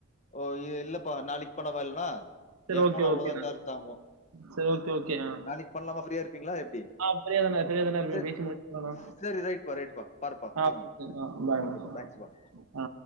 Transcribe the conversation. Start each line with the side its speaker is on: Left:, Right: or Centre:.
Left: ஓ இ இல்லப்பா நாளைக் பண்ணவா இல்னா
Right: சரி
Left: எய
Right: ஓகே,
Left: போன் அவ்ளோதா
Right: ஓகேண்ணா.
Left: சார்ஜ் தாங்கு
Right: சரி ஓகே, ஓகே. ஆ.
Left: நாளைக் பண்லாமா ஃப்ரீயாருப்பீங்களா எப்டி
Right: ஆ ஃப்ரீயா தானே ஃப்ரீயா தானே இருப்பேன்.
Left: செர்
Right: பேசி முடிச்சிடலாண்ணா.
Left: செரி ரைட் பா ரைட் பா பாருபா
Right: ஆ
Left: பாருங்க
Right: ஓகே. ஆ பாய்ண்ணா.
Left: ஓகே பா தேங்க்ஸ் பா
Right: ஆ